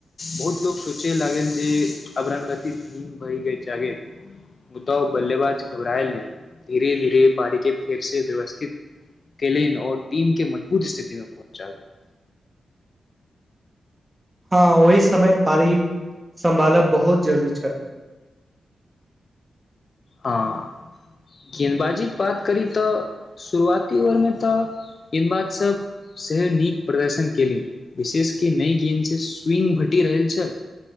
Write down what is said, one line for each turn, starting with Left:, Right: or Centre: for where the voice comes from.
Left: बहुत लोक सोचय लागल जे अब रनगति बढ़ि तऽ गेल मुदा बल्लेबाज घबरायल नहि धीरे-धीरे पारीकेँ फेरसँ व्यवस्थित केलैन आओर टीमकेँ मजबूत स्थितिमे पहुँचा देलनि
Right: हँ ओहि समय पारी सम्भालब बहुत जरूरी छल
Left: हँ गेदबाजीक बात करी तऽ शुरुआती ओवरमे तऽ गेदबाज सभ सेहो नीक प्रदर्शन केलक विशेष कि नहि गेन्दसँ स्विंग भेटि रहल छल